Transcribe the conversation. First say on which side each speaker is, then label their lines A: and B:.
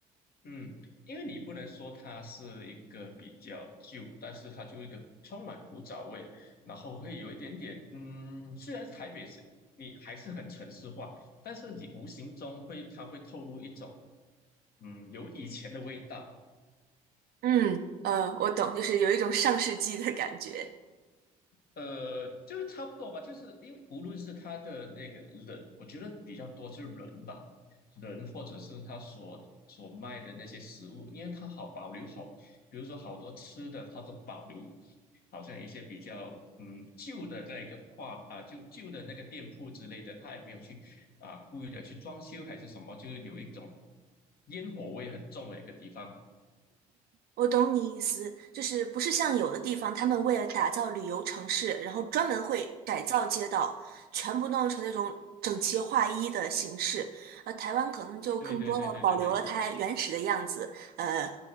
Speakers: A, on the left; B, on the right.
A: 嗯，因为你不能说它是一个比较旧，但是它就一个充满古早味，然后会有一点点，嗯，虽然台北是你还是很城市化，但是你无形中会它会透露一种，嗯，有以前的味道。
B: 嗯，呃，我懂，就是有一种上世纪的感觉。
A: 呃，就差不多吧，就是因为无论是他的那个人，我觉得比较多是人吧，人或者是他所所卖的那些食物，因为他好保留好，比如说好多吃的他都保留，好像一些比较嗯旧的那个画啊，就旧的那个店铺之类的，他也没有去啊故意的去装修还是什么，就是有一种烟火味很重的一个地方。
B: 我懂你意思，就是不是像有的地方，他们为了打造旅游城市，然后专门会改造街道，全部弄成那种整齐划一的形式。而台湾可能就更多的保留了它原始的样子，
A: 对对对对对对。
B: 呃，